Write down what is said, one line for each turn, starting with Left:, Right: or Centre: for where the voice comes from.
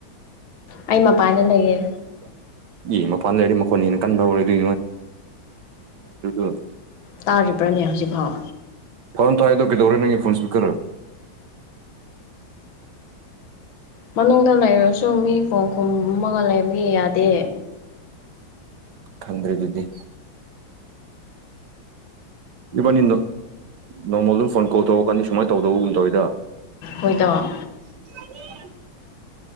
Left: ꯑꯩ ꯃꯄꯥꯟꯗ ꯂꯩꯌꯦ
Right: <unintelligible> ꯑꯦ ꯃꯄꯥꯟ ꯂꯩꯔꯗꯤ ꯃꯈꯣꯟ ꯍꯦꯅ ꯀꯟꯕ ꯍꯧꯔꯗꯤ <unintelligible>
Left: ꯇꯥꯔꯤꯕ꯭ꯔꯥꯅꯦ ꯍꯧꯖꯤꯛꯐꯥꯎ꯫
Right: ꯐꯣꯟ ꯇꯧꯔꯩꯗꯣ ꯀꯩꯗꯧꯔꯦ ꯅꯪꯒꯤ ꯐꯣꯟ ꯁ꯭ꯄꯤꯛꯀꯔ
Left: ꯃꯅꯨꯡꯗ ꯂꯩꯔꯁꯨ ꯃꯤ ꯐꯣꯟ ꯈꯨꯝꯃꯒ ꯂꯩꯕꯒꯤ ꯌꯥꯗꯦ꯫
Right: ꯈꯪꯗ꯭ꯔꯦ ꯑꯗꯨꯗꯤ ꯏꯕꯥꯅꯤ ꯅꯣꯡꯃꯗꯨ ꯐꯣꯟ ꯀꯣꯜ ꯇꯧꯔꯀꯥꯟꯅꯤ ꯁꯨꯃꯥꯏꯅ ꯇꯧꯗꯧꯕꯒꯨꯝ ꯇꯧꯋꯤꯗ
Left: ꯍꯣꯏꯗꯣ꯫
Right: <inaudible>